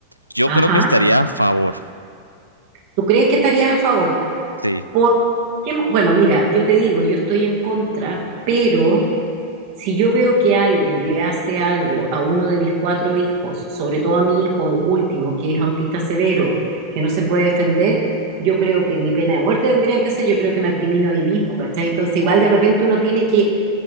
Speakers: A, on the left; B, on the right.
A: yo
B: Ajá.
A: creo que estaría a favor.
B: ¿Tú crees que estarías a favor?
A: Sí.
B: Por- ¿qué- bueno, mira, yo te digo, yo estoy en contra, pero si yo veo que alguien le hace algo a uno de mis cuatro hijos, sobre todo a mi hijo último, que es autista severo, que no se puede defender, yo creo que ni pena de muerte tendrían que hacer, yo creo que me acrimino ahí mismo, ¿cachai? Entonces, igual de repente uno tiene que